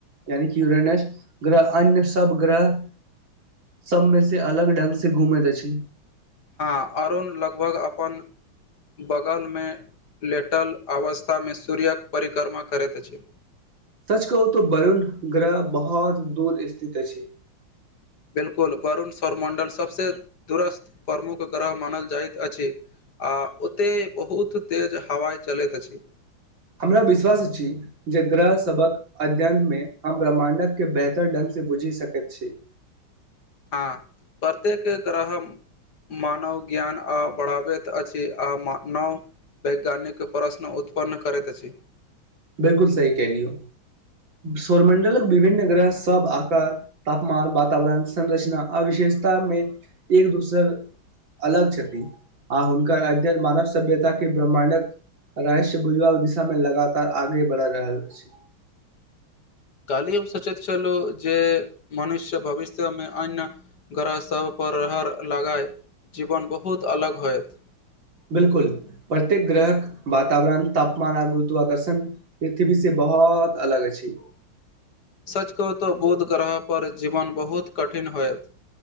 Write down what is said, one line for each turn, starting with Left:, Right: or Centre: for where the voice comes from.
Right: यानि कि युरेनस ग्रह अन्य सब ग्रह सबमे से अलग ढंग से घूमैत अछि
Left: हँ अरुण लगभग अपन बगल मे लेटल अवस्थामे सूर्यके परिक्रमा करैत अछि
Right: सच कहू तो वरुण ग्रह बहुत दूर स्थित अछि
Left: बिल्कुल वरुण सौरमण्डल सभसँ दूुरस्त प्रमुख ग्रह मानल जाइत अछि आ ओते बहुत तेज हवाइ चलैत अछि
Right: हमरा विश्वास अछि जे ग्रह सबक अध्ययन मे हम ब्रह्माण्डक के बेहतर ढंग से बुझि सकैत छी
Left: हँ प्रत्येक ग्रहम मानव ज्ञान आ बढ़ाबैत अछि आ मा नव वैज्ञानिक प्रश्न उत्पन्न करैत अछि
Right: बिल्कुल सही कहलियौ सौर मण्डलक विभिन्न ग्रह सब आकार तापमान वातावरण संरचना आवशेषतामे एक दूसरक अलग छथि आ हुनकर अध्यन मानव सभ्यता के ब्रह्माण्डक रहस्य भुजवाल दिशा मे लगातार आगे बढ़ा रहल अछि
Left: काली हम सचेत चलू जे मनुष्य भविष्यमेमे अ्य ग्रह सभ पर रह लगाय जीवन बहुत अलग होयत
Right: बिल्कुल प्रत्यक ग्रहक वातावरण तापमान आ गुरत्व आकर्षण पृथ्वी से बहुत अलग अछि
Left: सच कहहु तऽ बुध ग्रहपर जीवन बहुत कठिन होयत